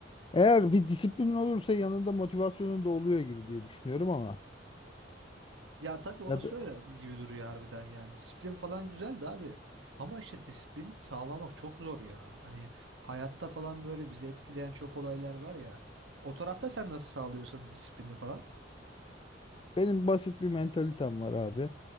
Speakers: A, on the left; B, on the right.
A: Eğer bir disiplin olursa yanında motivasyonun da oluyor gibi diye düşünüyorum ama.
B: Ya tabii orası
A: Ya da
B: öyle gibi duruyor harbiden yani. Disiplin falan güzeldi abi. Ama işte disiplin sağlamak çok zor ya. Hani hayatta falan böyle bizi etkileyen çok olaylar var ya. O tarafta sen nasıl sağlıyorsun disiplini falan?
A: benim basit bir mentalitem var abi.